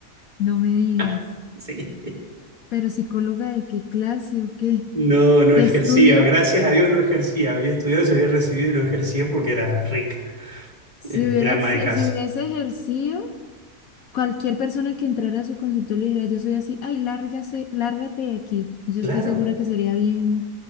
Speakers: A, on the left (about 65°); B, on the right (about 30°).
A: no me digas,
B: <laughs> Sí.
A: pero psicóloga de qué clase o qué?
B: No, no
A: ¿Qué
B: ejercía,
A: estudio?
B: gracias a Dios no ejercía, había estudiado, se había recibido y no ejercía porque era rica,
A: Si
B: eh,
A: hubiera,
B: era ama
A: ex-
B: de casa.
A: si hubiese ejercido, cualquier persona que entrara a su consultorio le dijera, yo soy así, ay, lárgase, lárgate de aquí. Yo
B: Claro,
A: estoy segura que sería bien,